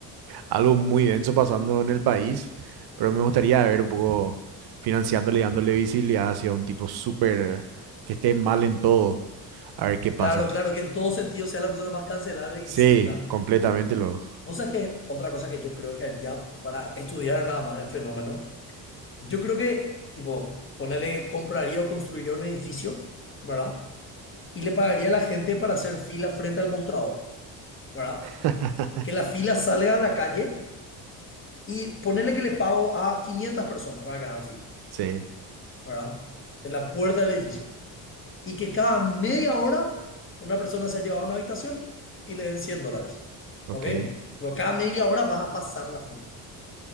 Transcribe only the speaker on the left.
Claro, claro, que en todo sentido sea la persona más cancelable
que exista.
Vos sabés que otra cosa que yo creo que haría para estudiar nada más el fenómeno, yo creo que, tipo, ponerle que compraría o construiría un edificio, ¿verdad? Y le pagaría a la gente para hacer fila frente al mostrador, ¿verdad?
Que la fila salga a la calle y ponerle que le pago a 500 personas para que hagan fila,
¿verdad? De la puerta del edificio. y que cada media hora una persona sea llevada a una habitación y le den 100 dólares.
¿Ok? Pero cada media hora vas a pasar la fila,